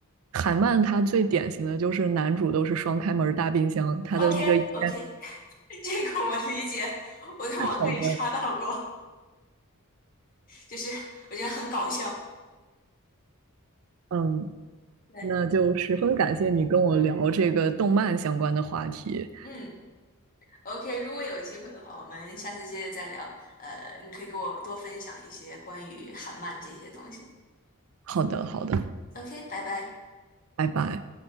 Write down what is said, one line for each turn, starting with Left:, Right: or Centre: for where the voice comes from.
Right: 韩漫它最典型的就是男主都是双开门大冰箱，他的那个烟
Left: ？OK OK，<laughs> 这个我理解，我在网上也刷到过，
Right: 好的，
Left: 就是我觉得很搞笑。
Right: 嗯，
Left: 对，
Right: 那就十分感谢你跟我聊这个动漫相关的话题。
Left: 嗯，OK，如果有机会的话，我们下次接着再聊。呃，你可以给我多分享一些关于韩漫这些东西。
Right: 好的，好的，
Left: OK，拜拜。
Right: 拜拜。